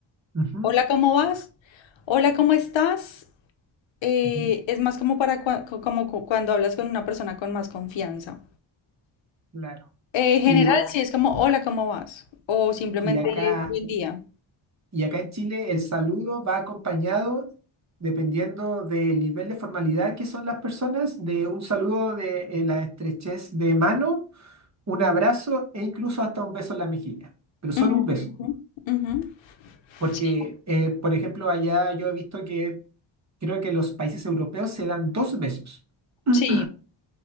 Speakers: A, on the right (about 35°); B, on the left (about 70°).
A: ujú,
B: Hola, ¿cómo vas? Hola, ¿cómo estás? Eh,
A: ujú,
B: es más como para cua- co- como cu- cuando hablas con una persona con más confianza.
A: Claro.
B: Eh, en general,
A: Y,
B: sí, es como, hola, ¿cómo vas? O simplemente,
A: y acá,
B: Ah, buen día.
A: y acá en Chile el saludo va acompañado, dependiendo del nivel de formalidad que son las personas, de un saludo de eh, la estrechez de mano un abrazo e incluso hasta un beso en la mejilla, pero solo
B: Ujú,
A: un beso,
B: ujú.
A: porque,
B: Sí,
A: eh, por ejemplo, allá yo he visto que creo que los países europeos se dan dos besos. <clears throat> Ujú,
B: sí,